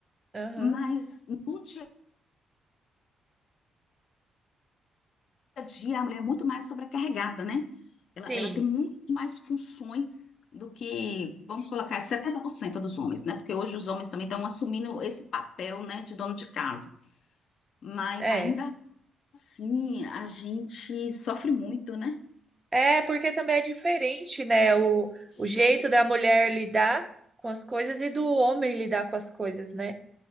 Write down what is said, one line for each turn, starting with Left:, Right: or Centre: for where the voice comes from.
Right: Aham.
Left: Mas no dia a dia a mulher é muito mais sobrecarregada, né? Ela,
Right: Sim,
Left: ela tem muito mais funções do que, vamos colocar, 70% dos homens, né? Porque hoje os homens também estão assumindo esse papel, né, de dono de casa. Mas
Right: é.
Left: ainda Sim, a gente sofre muito, né?
Right: É, porque também é diferente, né? O,
Left: A gente
Right: o jeito
Left: so-
Right: da mulher lidar com as coisas e do homem lidar com as coisas, né?